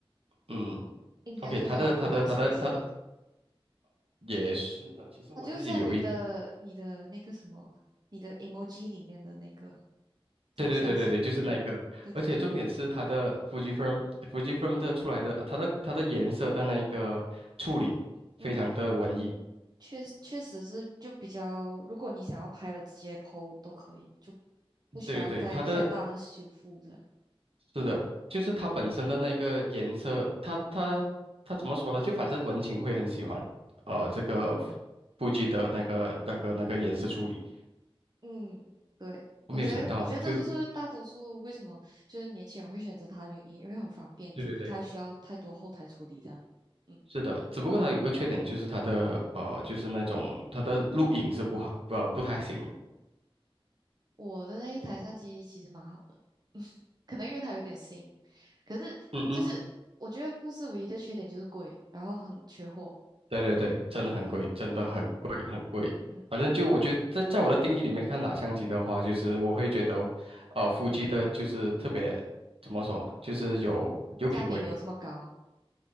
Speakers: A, on the right; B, on the right.
A: 嗯。
B: 印象就是那种古董香气，
A: OK，他的他的他的他的也是的，其实我自己有一，
B: 它就像你的你的那个什么，你的 emoji 里面的那个照相机，
A: 对对对对对，就是那个，
B: 对对对对。
A: 而且重点是它的 Fujifilm f u f i l m 的出来的，它的它的颜色的那一个处理非常的文艺，
B: 嗯，确确实是就比较，如果你想要拍了直接 PO 都可以，就不需要再太大的修复这样。
A: 对对对，它的是的，就是它本身的那个颜色，它它它怎么说呢？就反正文青会很喜欢，呃，这个 f u 的那个那个那个颜色处理，
B: 嗯，对，
A: 我没有想到，
B: 我觉得我觉得这就是大多数为什么就是年轻人会选择它的原因，
A: 就
B: 因为很方便，
A: 对对对。
B: 就不太需要太多后台处理这样。嗯，
A: 是的，只不过它有个缺点，就是它的呃，就是那种它的录影是不好，呃，不太行的。
B: 我的那一台相机其实蛮好的，可能因为它有点新，可是就是我觉得富士唯一的缺点就是贵，
A: 嗯嗯，
B: 然后很缺货。
A: 对对对，真的很贵，
B: 嗯
A: 真的很贵，
B: 嗯
A: 很贵。
B: 嗯，
A: 反正就我觉得在在我的定义里面看哪相机的话，就是我会觉得，呃，夫妻的就是特别怎么说，就是有有品味，
B: 性价比没有这么高。